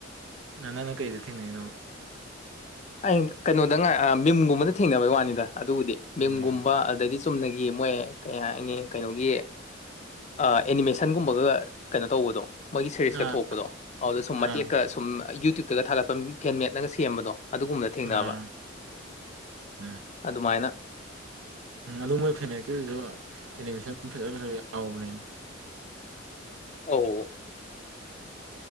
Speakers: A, on the right; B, on the left.
A: ꯅꯪꯅ ꯀꯩꯗ ꯊꯦꯡꯅꯔꯤꯅꯣꯕ
B: ꯑꯩ ꯀꯩꯅꯣꯗ ꯃꯤꯝꯒꯨꯝꯕꯗ ꯊꯦꯡꯅꯕꯩ ꯋꯥꯅꯤꯗ ꯑꯗꯨꯕꯨꯗꯤ ꯃꯤꯝꯒꯨꯝꯕ
A: ꯎꯝ
B: ꯑꯗꯒꯤ ꯆꯨꯝꯅꯒꯤ ꯃꯣꯏ ꯀꯩ ꯍꯥꯏꯅꯤ ꯀꯩꯅꯣꯒꯤ ꯑꯦꯅꯤꯃꯦꯁꯟꯒꯨꯝꯕꯒ ꯀꯩꯅꯣ ꯇꯧꯕꯗꯣ ꯃꯣꯏꯒꯤ ꯁꯦꯔꯤꯁꯀ
A: ꯑꯥ
B: ꯊꯣꯛꯄꯗꯣ ꯑꯗꯨꯗ ꯁꯨꯝ
A: ꯑꯥ
B: ꯃꯇꯦꯛꯀ ꯁꯨꯝ ꯌꯨꯇ꯭ꯌꯨꯕꯇꯒ ꯊꯥꯒꯂꯛꯄ ꯐꯦꯟꯃꯦꯠꯅꯒ ꯁꯦꯝꯕꯗꯣ ꯑꯗꯨꯒꯨꯝꯕꯅ ꯊꯦꯡꯅꯕ
A: ꯑꯥ ꯎꯝ
B: ꯑꯗꯨꯃꯥꯏꯅ
A: ꯎꯝ ꯑꯗꯨ ꯃꯣꯏ ꯐꯦꯅꯦꯛꯀꯤꯗꯨꯁꯨ ꯑꯦꯅꯤꯃꯦꯁꯟ ꯐꯖꯥ ꯐꯖꯕꯥ ꯌꯥꯎꯕꯅꯦ
B: ꯑꯧ